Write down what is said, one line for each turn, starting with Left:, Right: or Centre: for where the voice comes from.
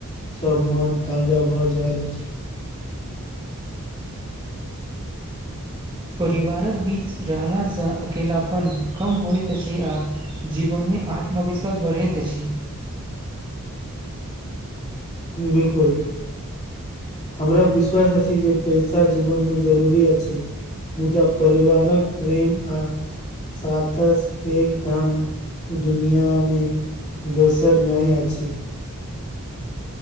Left: सभ मन ताजा भऽ जाइत अछि
Right: परिवारक बीच रहलासँ अकेलपन कम होइत अछि अ जीवन मे आत्मविश्वास बढ़ैत अछि।
Left: बिल्कूल। हमरा विश्वास अछि जे पैसा जीवन मे जरूरी अछि। मुदा परिवार कऽ प्रेम सातस पेघ धन दुनिया म दोसर नहि अछि।